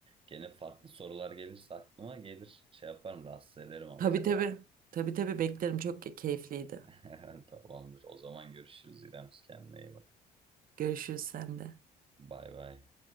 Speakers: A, on the right; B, on the right.
A: Gene farklı sorular gelirse aklıma gelir şey yaparım rahatsız ederim ama
B: Tabii
A: seni.
B: tabii. Tabii tabii beklerim. Çok keyifliydi.
A: <laughs> Tamamdır. O zaman görüşürüz İrem. Kendine iyi bak.
B: Görüşürüz sen de.
A: Bay bay.